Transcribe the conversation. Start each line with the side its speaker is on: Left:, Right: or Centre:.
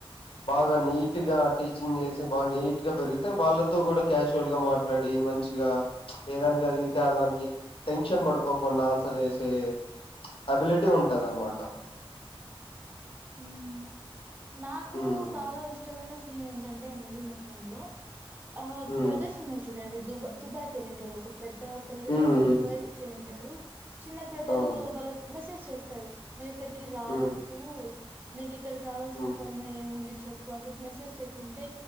Left: బాగా నీట్ గా టీచింగ్ చేసి బ నీట్ గా పెరిగితే వాళ్ళతో కూడా క్యాజువల్ గా మాట్లాడి మంచిగా ఏదంటే అది అంతే దానికి టెన్షన్ పడుకోకుండా ఆన్సర్ చేసే అబిలిటీ ఉంటది అనమాట
Right: హ్మ్ నాకు
Left: ఉమ్
Right: బాగా ఇష్టమైన ఏంటంటే ఆ మూవీ మొత్తంలో ఆ
Left: ఉమ్
Right: బ్రదర్స్ వున్నారు చూడండి దుబా దుబాయ్కి వెళ్ళింటాడు ఒక పెద్ద బ్రదరు
Left: ఉమ్
Right: దుబాయ్కి వెళ్ళింటాడు చిన్న బ్రదరు
Left: ఉమ్ అవును
Right: వాళ్ళకి మెసేజ్ చేస్తాారు నువ్వు ఇక్కడికి రావద్దు
Left: ఉమ్
Right: నీకు ఇక్కడికి రావాల్సిన
Left: ఉమ్
Right: కర్మ ఏముంది చెప్పు అని చెప్పి మెసేజ్ చేసింటే